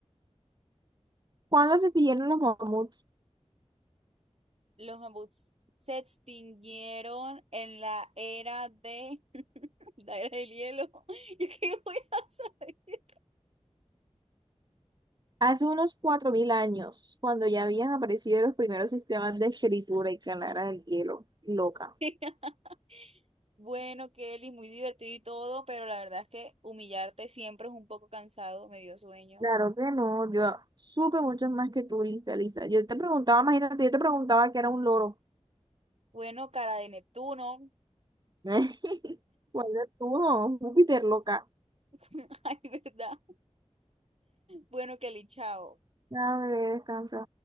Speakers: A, on the right; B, on the right.
A: ¿Cuándo se extinguieron los mamuts?
B: Los mamuts se extinguieron en la era de <laughs> la era del hielo. <laughs> ¿Yo qué voy a saber?
A: Hace unos cuatro mil años, cuando ya habían aparecido los primeros sistemas de escritura y calara del hielo. Loca.
B: <laughs> Bueno, Kelly, muy divertido y todo, pero la verdad es que humillarte siempre es un poco cansado, me dio sueño.
A: Claro que no, yo supe mucho más que tú, Lisa, Lisa. Yo te preguntaba, imagínate, yo te preguntaba que era un loro.
B: Bueno, cara de Neptuno.
A: <laughs> ¿Cuál es tú? no? Júpiter, loca.
B: <laughs> Ay, ¿verdad? Bueno, Kelly, chao.
A: A ver, descansa.